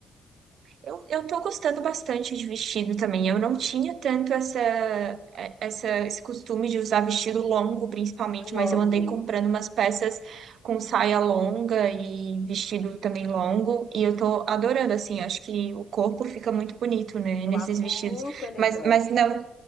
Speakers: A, on the right; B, on the left.
A: Eu, eu tô gostando bastante de vestido também. Eu não tinha tanto essa, é- essa, esse costume de usar vestido longo, principalmente,
B: Eu
A: mas
B: amo,
A: eu andei comprando umas peças com saia longa e vestido também longo, e eu tô adorando, assim, acho que o corpo fica muito bonito, né,
B: eu
A: nesses
B: acho
A: vestidos.
B: muito elegante.
A: Mas, mas não,